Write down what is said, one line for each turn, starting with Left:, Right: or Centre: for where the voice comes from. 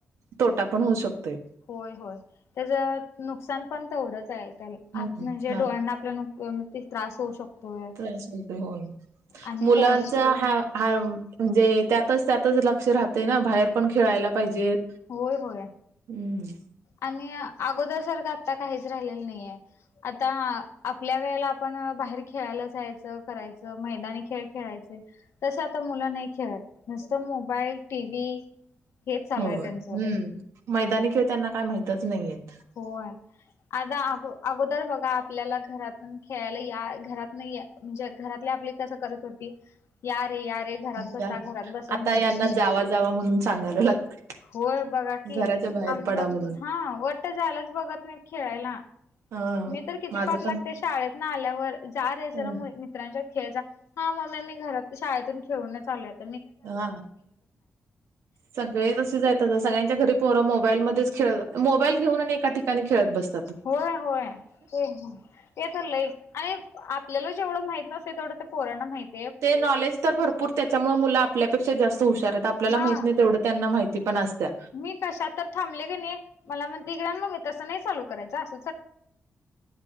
Right: तोटा पण होऊ शकतोय.
Left: होय होय त्याच नुकसान पण तेवढंच आहे. <unintelligible>
Right: हम्म
Left: आतम्हणजे
Right: हा
Left: डोळ्यांना नुक आपल्याक त्रास होऊ शकतोय.
Right: त्रास होतोय होय
Left: आणि
Right: मुलांचा
Left: पोर
Right: हा ह <unintelligible> म्हणजे त्यातच त्यातच लक्ष राहतं हे ना, बाहेर पण खेळायला पाहिजेत.
Left: होय होय
Right: हम्म
Left: आणि अगोदर सारख आता काहीच राहिलं नाहीये. आता आपल्या वेळेला आपण बाहेर खेळा याला जायच करायचं मैदानी खेळ खेळायचे तस आता मुलं नाही खेळत. नुसतं मोबाईल टी व्ही हे चालू
Right: होय
Left: आहे. त्यांचं
Right: हम्म मैदानी खेळताना काय माहितच नाहीयेत.
Left: होय आजा आगो अगोदर बघा आपल्याला घरातून खेळायला, या घरात नाही म्हणजे घरातले आपली कसं करत होती. या रे या रे घरात बसा
Right: त्या
Left: घरात बसा
Right: आता
Left: म्हणत
Right: यांना
Left: होतो.
Right: जावा जावा म्हणून सांगायला लागते
Left: होय बघा की
Right: घराच्या बाहेर
Left: आमचं
Right: पडा म्हणून
Left: हा वट झालंच बघत नाही खेळायला.
Right: ह
Left: मी तर किती
Right: माझं
Left: पाक लागते
Right: पण
Left: शाळेत ना, आल्यावर जारे जरा
Right: हं,
Left: मै मित्रांच्या खेळ जा. हां मम्मी मी घरात शाळेतून खेळून चालूयत
Right: हा. सगळे तसे जाय सगळ्यांच्या घरी पोर मोबाईल मध्येच खेळ मोबाईल, घेऊन एका ठिकाणी खेळत बसते.
Left: होय होय ते ते तर लई आणि आपल्याला जेवढं माहित. तेवढं ते पोरांना माहीत.
Right: ते नॉलेज तर भरपूर त्याच्यामुळे, मुलं आपल्यापेक्षा जास्त हुशार आहेत आपल्याला
Left: हा
Right: माहत नाही. तेवढं त्यांना माहिती. पण असत्या.
Left: मी कशात तर थांबले क नाही मला मग <unintelligible> आहे तगडण मग तस नाही चालू करायचं अस